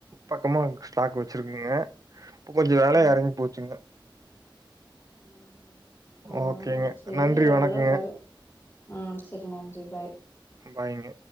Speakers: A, on the right (about 45°); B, on the left (about 25°).
A: பக்கமா ஸ்டாக் வச்சிருக்குங்க இப்போ கொஞ்சோ வேலையா
B: ம்
A: எறங்கி போச்சுங்க
B: ம் ம் ஓ
A: ஓகேங்க
B: சேரி
A: நன்றி
B: அதெல்லா
A: வணக்கங்க
B: வரு ம் செரி நன்றி பாய்
A: ஆ பாய்ங்க